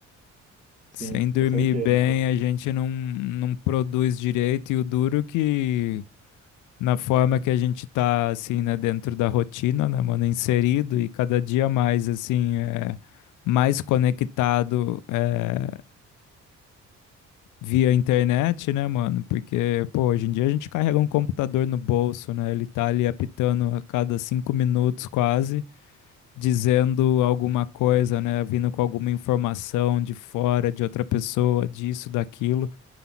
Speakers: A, on the right; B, on the left.
A: Sim,
B: Sem dormir
A: com certeza,
B: bem,
A: pô.
B: a gente não, não produz direito e o duro que na forma que a gente tá, assim, né, dentro da rotina, né, mano, inserido e cada dia mais, assim, é, mais conectado é, via internet, né, mano? Porque, pô, hoje em dia a gente carrega um computador no bolso, né? Ele tá ali apitando a cada cinco minutos quase, dizendo alguma coisa, né? Vindo com alguma informação de fora, de outra pessoa, disso, daquilo.